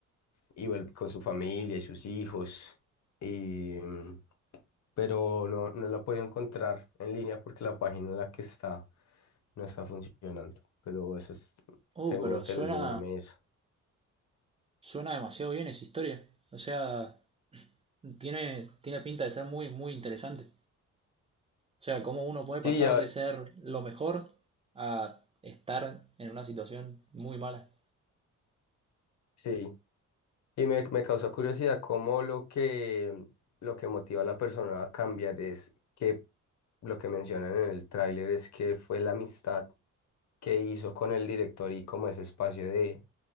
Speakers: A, on the left; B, on the right.
A: y vuelve con su familia y sus hijos, y, mm, pero no, no la puedo encontrar en línea porque la página en la que está no está funcionando, pero eso es,
B: oh
A: tengo
B: pero
A: interés
B: suena,
A: de verme eso.
B: Suena demasiado bien esa historia. O sea, tiene, tiene pinta de ser muy, muy interesante. O sea, cómo uno puede
A: Sí,
B: pasar
A: ya,
B: de ser lo mejor a estar en una situación muy mala.
A: Sí. Y me, me causó curiosidad cómo lo que, lo que motiva a la persona a cambiar es que lo que mencionan en el tráiler es que fue la amistad que hizo con el director y como ese espacio de,